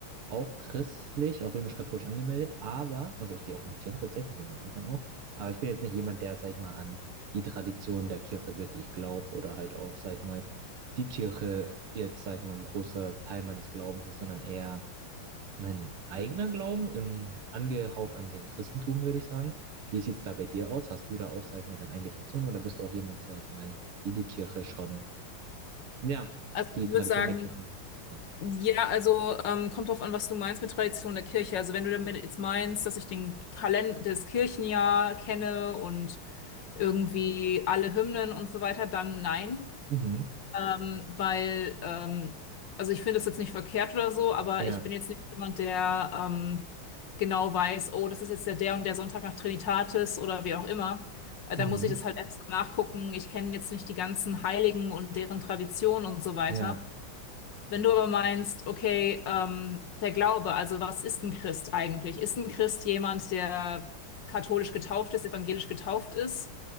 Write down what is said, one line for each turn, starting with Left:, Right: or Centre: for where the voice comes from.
Right: auch christlich, auch römisch-katholisch angemeldet, aber, also ich gehe auch in die Kirche tatsächlich, wegen meinen Eltern auch, aber ich bin jetzt nicht jemand, der, sag ich mal, an die Tradition der Kirche wirklich glaubt oder halt auch, sag ich mal, die Kirche jetzt, sag ich mal, ein großer Teil meines Glaubens ist, sondern eher mein eigener Glauben, im, angehaucht an den Christentum, würde ich sagen. Wie sieht's da bei dir aus? Hast du da auch, sag ich mal, deine eigene Definition oder bist du auch jemand, sag ich mal, die die Kirche schon ja,
Left: also
Right: die
Left: ich
Right: Tradition
Left: würde sagen,
Right: der Kirche. Ah,
Left: ja, also ähm, kommt drauf an, was du meinst mit Tradition der Kirche. Also wenn du damit jetzt meinst, dass ich den Kalender, das Kirchenjahr kenne und irgendwie alle Hymnen und so weiter, dann nein.
Right: Mhm.
Left: Ähm, weil, ähm, also ich finde das jetzt nicht verkehrt oder so, aber
Right: Ja,
Left: ich bin jetzt nicht jemand, der ähm, genau weiß, oh, das ist jetzt der, der und der Sonntag nach Trinitatis oder wie auch immer. Äh,
Right: mhm,
Left: da muss ich das halt extra nachgucken. Ich kenne jetzt nicht die ganzen Heiligen und deren Traditionen und so weiter.
Right: ja,
Left: Wenn du aber meinst, okay, ähm, der Glaube, also was ist ein Christ eigentlich? Ist ein Christ jemand, der katholisch getauft ist, evangelisch getauft ist?